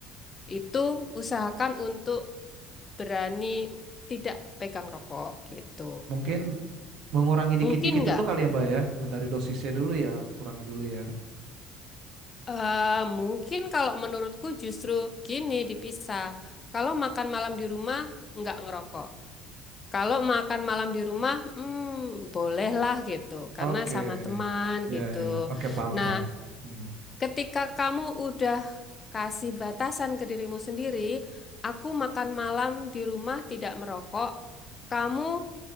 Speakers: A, on the left; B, on the right.
A: itu usahakan untuk berani tidak pegang rokok gitu.
B: Mungkin mengurangi dikit-dikit
A: Mungkin nggak?
B: dulu kali ya Mbak ya. Dari dosisnya dulu ya, aku kurangin dulu ya.
A: Eh, mungkin kalau menurutku justru gini dipisah. Kalau makan malam di rumah nggak ngerokok. Kalau makan malam di rumah, hmm, bolehlah gitu, karena
B: Oke,
A: sama teman
B: ya
A: gitu.
B: ya, ya. oke paham
A: Nah,
B: paham. Hmm.
A: ketika kamu udah kasih batasan ke dirimu sendiri, aku makan malam di rumah tidak merokok, kamu